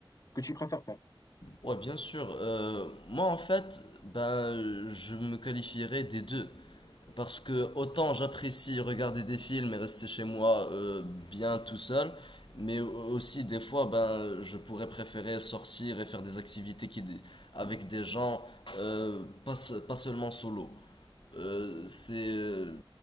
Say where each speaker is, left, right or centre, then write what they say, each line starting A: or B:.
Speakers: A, on the left; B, on the left.
A: que tu préfères faire?
B: Ouais, bien sûr. Euh, moi, en fait, ben, je me qualifierais des deux. Parce que autant j'apprécie regarder des films et rester chez moi euh, bien tout seul, mais aussi des fois ben je pourrais préférer sortir et faire des activités qui avec des gens, euh, pas, se- pas seulement solo. Euh, c'est euh,